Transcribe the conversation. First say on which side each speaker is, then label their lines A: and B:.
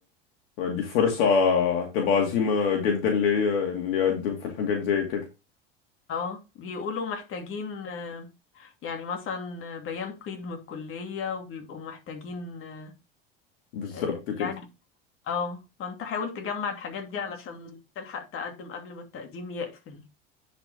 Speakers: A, on the left; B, on the left.
A: فدي فرصة هتبقى عظيمة جدا ليا اني اقدم في الحاجات زي كده
B: اه بيقولوا محتاجين آه، يعني مثلا آه، بيان قيد من الكلية وبيبقوا محتاجين آه،
A: بالظبط
B: آه،
A: كده
B: يعني اه فانت حاول تجمع الحاجات دي علشان تلحق تقدم قبل ما التقديم يقفل